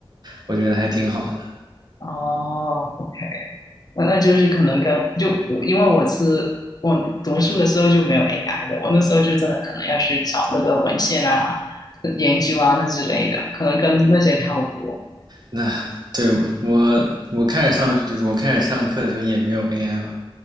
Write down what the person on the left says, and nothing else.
哦。我那就是可能跟就我因为我是我读书的时候就没有 AI 的，我那时候就真的可能要去找那个文献啊、研究啊那之类的，可能跟那些差不多